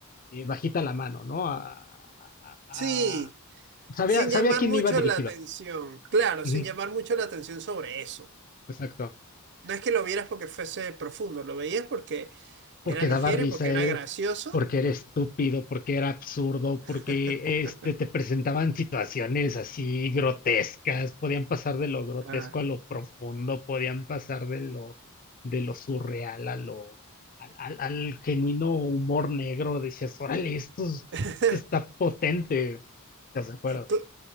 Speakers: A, on the left; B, on the right.
A: eh, bajita la mano, ¿no? A, a- a-
B: Sí,
A: a- sabía,
B: sin
A: sabía
B: llamar
A: a quién
B: mucho
A: iba dirigido.
B: la atención. Claro,
A: Ujú,
B: sin llamar mucho la atención sobre eso.
A: exacto.
B: No es que lo vieras porque fuese profundo, lo veías porque
A: porque
B: era ligero
A: daba risa,
B: y porque era
A: eh,
B: gracioso.
A: porque era estúpido, porque era absurdo,
B: <laughs>
A: porque este, te presentaban situaciones así grotescas, podían pasar de lo grotesco
B: Ah.
A: a lo profundo, podían pasar de lo, de lo surreal a lo, al, al- al genuino humor negro, decías, órale, esto es-
B: <laughs>
A: está potente. ¿Estás de acuerdo?
B: Cl-